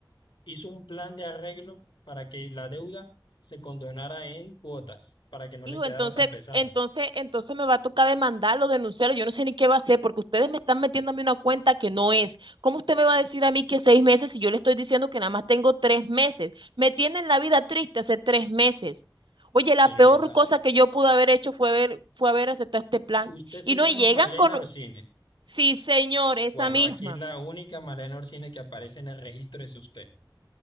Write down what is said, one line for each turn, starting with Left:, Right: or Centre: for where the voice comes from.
Left: hizo un plan de arreglo para que la deuda se condonara en cuotas, para que no
Right: Digo,
Left: le quedara
Right: entonces,
Left: tan pesada.
Right: entonces, entonces me va a tocar demandarlo, denunciarlo. Yo no sé ni qué va a hacer porque ustedes me están metiendo a mí una cuenta que no es. ¿Cómo usted me va a decir a mí que seis meses si yo le estoy diciendo que nada más tengo tres meses? Me tienen la vida triste hace tres meses. Oye, la
Left: Señorita,
Right: peor cosa que yo pude haber hecho fue haber, fue haber aceptado este plan.
Left: usted se
Right: Y no
Left: llama
Right: y llegan
Left: Malena
Right: con,
Left: Orsine.
Right: sí, señor, esa
Left: Bueno,
Right: misma.
Left: aquí es la única Malena Orsine que aparece en el registro es usted.